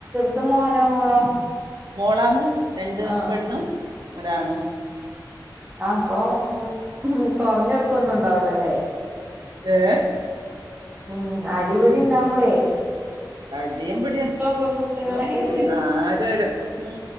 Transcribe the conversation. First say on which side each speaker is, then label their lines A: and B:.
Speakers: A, on the right (about 15°); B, on the right (about 70°).
A: ത് മോനോ മോളോ?
B: മോളാന്ന്. രണ്ട്
A: ആഹ്
B: പെണ്ണും ഒരാണ്.
A: ആപ്പം ഊ ഇഹ് കൊർഞ്ഞൊ ട്ക്കൊന്നും ഇണ്ടാവുലാല്ലേ.
B: മേ
A: പിന്നെ അടിപിടി ഇണ്ടാവ്മ്പെളെ
B: അടിയും പിടിയും
A: പെൺകുട്ടിയാണ്
B: ഊം
A: എരുതിയാണ്
B: ആരര് മൂ